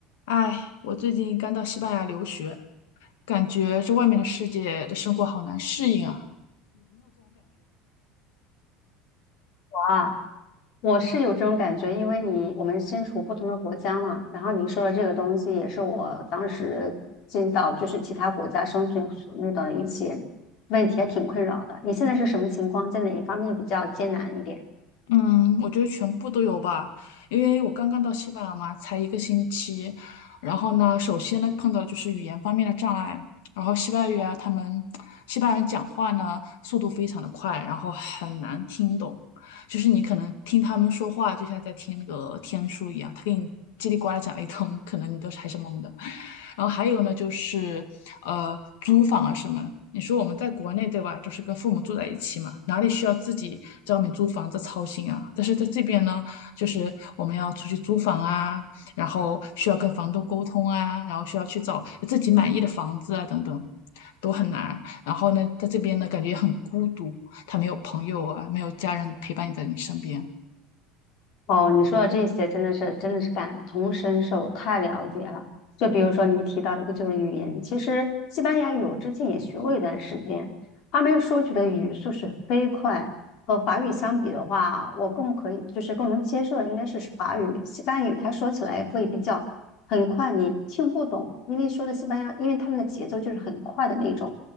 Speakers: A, on the left; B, on the left.
A: 哎，我最近刚到西班牙留学，感觉这外面的世界的生活好难适应啊。
B: 我啊，我是有这种感觉，因为你我们身处不同的国家嘛，然后你说的这个东西也是我当时进到就是其他国家生存所遇到的一些问题，还挺困扰的。你现在是什么情况？在哪一方面比较艰难一点？
A: 嗯，我觉得全部都有吧，因为我刚刚到西班牙嘛，才一个星期。然后呢，首先呢碰到的就是语言方面的障碍。然后西班牙语啊，他们西班牙人讲话呢速度非常的快，然后很难听懂，就是你可能听他们说话就像在听那个天书一样，他给你叽里呱啦讲了一通，可能你都是还是懵的。然后还有呢，就是呃租房啊什么的你说我们在国内对吧，就是跟父母住在一起嘛，哪里需要自己在外面租房子操心啊？但是在这边呢，就是我们要出去租房啊，然后需要跟房东沟通啊，然后需要去找自己满意的房子啊，等等，都很难。然后呢，在这边呢，感觉也很孤独，他没有朋友啊，没有家人陪伴你在你身边。
B: 哦，你说的这些真的是真的是感同身受，太了解了。就比如说你提到一个就是语言，其实西班牙语我之前也学过一段时间，他们说起的语速是飞快，和法语相比的话，我更可以就是更能接受的应该是是法语，西班牙语它说起来会比较很快，你听不懂，因为说的西班牙，因为他们的节奏就是很快的那种。